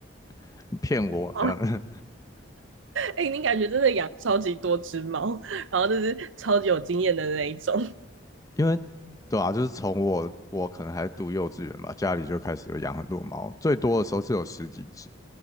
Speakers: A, on the left; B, on the right.
A: <laughs> 骗我这样子。
B: 哦，哎、欸你感觉真的养超级多只猫，然后就是超级有经验的那一种，
A: 因为对啊，就是从我我可能还读幼稚园吧，家里就开始有养很多猫，最多的时候是有十几只。